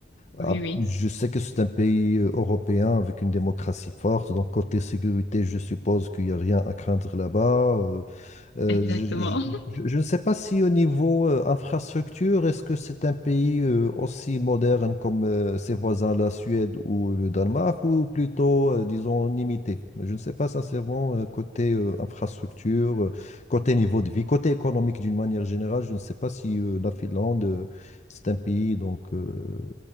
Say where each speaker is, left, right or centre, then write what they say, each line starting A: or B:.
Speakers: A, on the left; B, on the left.
A: Oui,
B: Ah,
A: oui,
B: Je sais que c'est un pays euh, européen avec une démocratie forte, donc côté sécurité, je suppose qu'il n'y a rien à craindre là-bas. euh, euh,
A: exactement. <laughs>
B: je ne sais pas si au niveau euh, infrastructure, est-ce que c'est un pays euh, aussi moderne comme euh, ses voisins, la Suède ou le Danemark, ou plutôt, euh, disons, limité. Mais Je ne sais pas sincèrement euh, côté euh, infrastructure, euh, côté niveau de vie, côté économique d'une manière générale. Je ne sais pas si euh, la Finlande, euh, c'est un pays donc, euh,